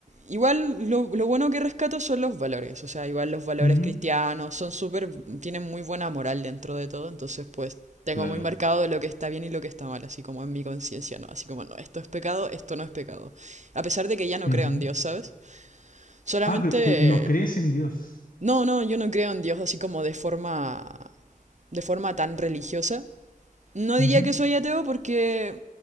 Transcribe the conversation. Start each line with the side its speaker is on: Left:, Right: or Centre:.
Right: Igual lo, lo bueno que rescato son los valores, o sea, igual los valores
Left: Ujú,
Right: cristianos son súper, tienen muy buena moral dentro de todo, entonces pues tengo
Left: claro,
Right: muy marcado de lo que está bien y lo que está mal, así como en mi conciencia, ¿no? Así como, no, esto es pecado, esto no es pecado. A pesar de que ya no
Left: ujú.
Right: creo en Dios, ¿sabes? Solamente...
Left: Ah, pero, no crees en Dios.
Right: No, no, yo no creo en Dios así como de forma, de forma tan religiosa. No diría
Left: Ujú,
Right: que soy ateo porque,